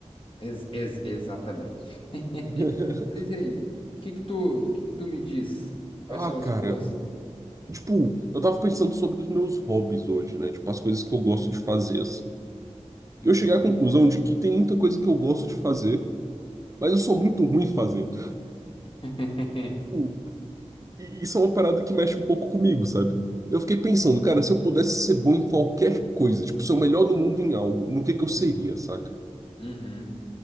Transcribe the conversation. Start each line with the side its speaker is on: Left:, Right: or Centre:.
Left: ex- ex- exatamente. <laughs>
Right: <laughs>
Left: Mas e aí, o que que tu, o que que tu me diz? Quais
Right: Ah,
Left: são
Right: cara,
Left: as boas?
Right: tipo, eu tava pensando sobre os meus hobbies hoje, né? Tipo, as coisas que eu gosto de fazer, assim. Eu
Left: Uhum.
Right: cheguei à conclusão de que tem muita coisa que eu gosto de fazer, mas eu sou muito ruim fazendo.
Left: <laughs>
Right: Tipo, e isso é uma parada que mexe um pouco comigo, sabe? Eu fiquei pensando, cara, se eu pudesse ser bom em qualquer coisa, tipo, ser o melhor do mundo em algo, no que que eu seria, saca?
Left: Uhum.